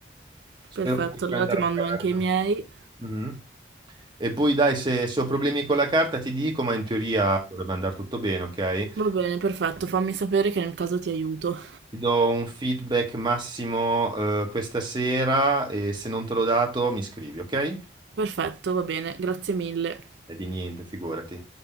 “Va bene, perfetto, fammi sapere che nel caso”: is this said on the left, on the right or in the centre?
Right